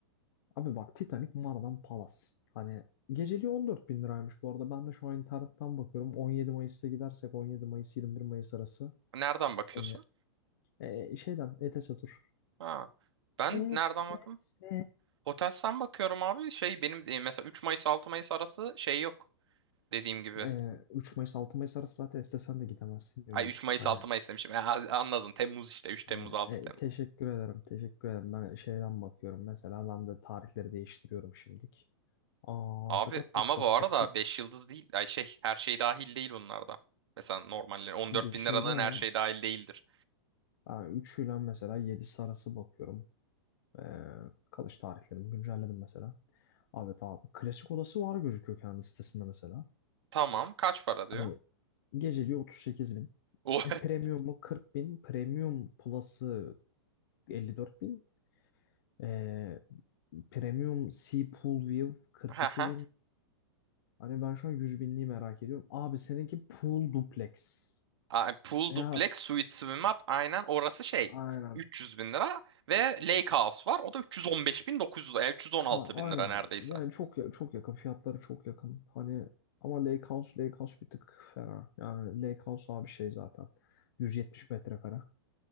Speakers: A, on the left (about 55°); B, on the right (about 80°).
A: Abi bak Titanic Mardan Palace. Hani geceliği 14 bin liraymış bu arada. Ben de şu an internetten bakıyorum. 17 Mayıs'ta gidersek 17 Mayıs 21 Mayıs arası.
B: Nereden bakıyorsun?
A: Ee, e, şeyden ETS tur.
B: Ha. Ben
A: ETS.
B: nereden bakım? Hotels'ten bakıyorum abi. Şey benim e, mesela 3 Mayıs 6 Mayıs arası şey yok. Dediğim gibi.
A: Ee, 3 Mayıs 6 Mayıs arası zaten istesen de gidemezsin
B: Ay
A: bu.
B: 3 Mayıs
A: Hani
B: 6 Mayıs demişim. E, a- anladın. Temmuz işte. 3 Temmuz
A: Hani
B: 6
A: e, teşekkür ederim, teşekkür ederim. Ben şeyden bakıyorum mesela ben de tarihleri değiştiriyorum şimdilik. Aa,
B: Abi
A: tat tat
B: ama
A: tat tat
B: bu arada
A: tat tat.
B: 5 yıldız değil. Ay şey her şey dahil değil bunlarda. Mesela normalde 14
A: Bir
B: bin
A: şey
B: liranın
A: diyemem.
B: her şey dahil değildir.
A: Ben 3 ile mesela 7'si arası bakıyorum. Ee, kalış tarihlerimi güncelledim mesela. Evet abi klasik odası var gözüküyor kendi sitesinde mesela.
B: Tamam kaç para diyor?
A: Hani geceliği 38 bin.
B: O
A: Premium'u 40 bin. Premium Plus'ı 54 bin. Ee, Premium Sea Pool View 42
B: <laughs> Haha.
A: Hani ben şu an 100 binliği merak ediyorum. Abi seninki pool duplex.
B: A- Pool
A: Veya
B: duplex suite swim up aynen orası şey.
A: aynen.
B: 300 bin lira ve Lake House var. O da 315 bin 900 e, 316
A: Ha aynen.
B: bin lira neredeyse.
A: Yani çok ya- çok yakın. Fiyatları çok yakın. Hani ama Lake House, Lake House bir tık fena. Yani Lake House abi şey zaten. 170 metrekare.